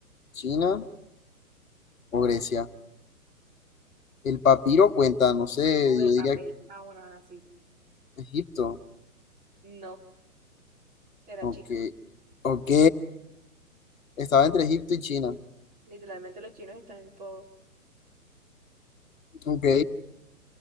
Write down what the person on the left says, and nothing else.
China o
Grecia.
El papiro cuenta, no sé,
yo
diría
Egipto.
Ok,
ok. Estaba entre Egipto y China.
Ok.